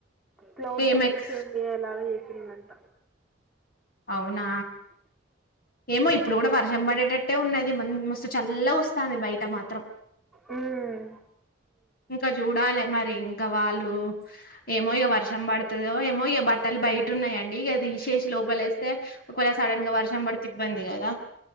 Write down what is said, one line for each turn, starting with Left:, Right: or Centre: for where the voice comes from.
Centre: క్లౌడ్స్
Left: ఏమెక్
Centre: అన్ని చేంజ్ అయ్యేలాగ ఏసిందంట.
Left: అవునా. ఏమో ఇప్పుడు గుడా వర్షం పడేటట్టే ఉన్నది. మన్ మస్తు చల్ల ఓస్తాంది బయట మాత్రం.
Centre: ఉమ్మ్.
Left: ఇంకా జూడాలే మరి, ఇంక వాళ్ళు, ఏమో ఇగా వర్షం పడ్తదో ఏమో, ఇగా బట్టలు బయట ఉన్నాయండి. ఇగా దిషెషి లోపలేస్తే, ఒకవేళ సడన్ గా వర్షం బడ్తే, ఇబ్బంది కదా.